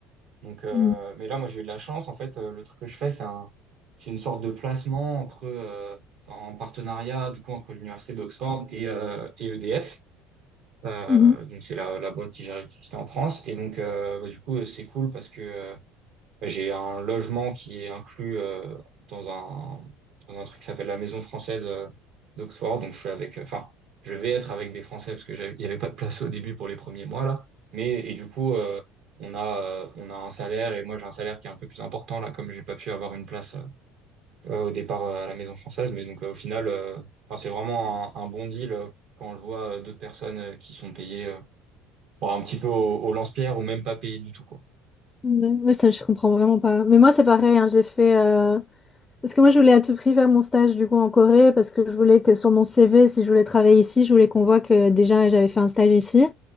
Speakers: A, on the right; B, on the left.
A: Donc, euh,
B: Mhm.
A: mais là, moi, j'ai eu de la chance. En fait, euh, le truc que je fais, c'est un, c'est une sorte de placement entre, euh, enfin, en partenariat, du coup, entre l'Université d'Oxford et, euh, et EDF. Euh,
B: Mhm.
A: donc, c'est la, la boîte qui gère l'électricité en France. Et donc, euh, bah, du coup, euh, c'est cool parce que euh, bah, J'ai un logement qui est inclus euh, dans un, dans un truc qui s'appelle la Maison française euh, d'Oxford. Donc je suis avec, enfin, je vais être avec des Français parce que j'avais- il n'y avait pas de place au début pour les premiers mois là. Mais et du coup, euh, on a, euh, on a un salaire et moi j'ai un salaire qui est un peu plus important là, comme j'ai pas pu avoir une place euh, au départ euh, à la Maison française. Mais donc euh, au final, euh, enfin, c'est vraiment un, un bon deal euh, quand je vois euh, d'autres personnes euh, qui sont payées euh, bon, un petit peu au, au lance-pierre ou même pas payées du tout quoi.
B: Ouais, ouais, ça, je comprends vraiment pas. Mais moi, c'est pareil, hein, j'ai fait... Parce que moi, je voulais à tout prix faire mon stage du coup en Corée parce que je voulais que sur mon CV, si je voulais travailler ici, je voulais qu'on voit que déjà j'avais fait un stage ici.